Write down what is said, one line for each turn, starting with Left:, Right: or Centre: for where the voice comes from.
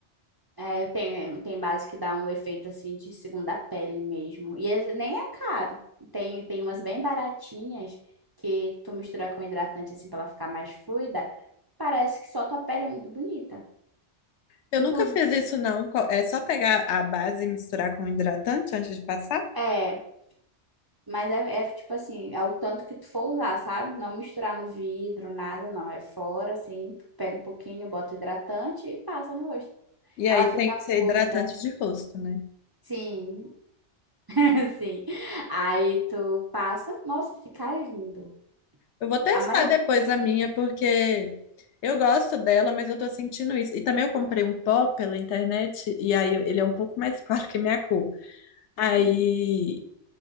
Right: É, tem, tem base que dá um efeito, assim, de segunda pele mesmo, e esse nem é caro, tem, tem umas bem baratinhas que tu mistura com hidratante, assim, pra ela ficar mais fluida, parece que só tua pele é muito bonita.
Left: Eu
Right: Inclusive,
Left: nunca fiz isso, não. Co- É só pegar a base e misturar com hidratante antes de passar.
Right: É, mas é, é tipo assim, é o tanto que tu for usar, sabe? Não misturar no vidro, nada, não. É fora, assim, tu pega um pouquinho, bota hidratante e passa no rosto.
Left: E aí
Right: Ela fica
Left: tem que
Right: fluida.
Left: ser hidratante de rosto, né?
Right: Sim, <laughs> sim. Aí tu passa, nossa, fica lindo.
Left: Eu vou testar
Right: A maioria,
Left: depois a minha, porque eu gosto dela, mas eu tô sentindo isso. E também eu comprei um pó pela internet, e aí ele é um pouco mais <laughs> claro que minha cor. Aí,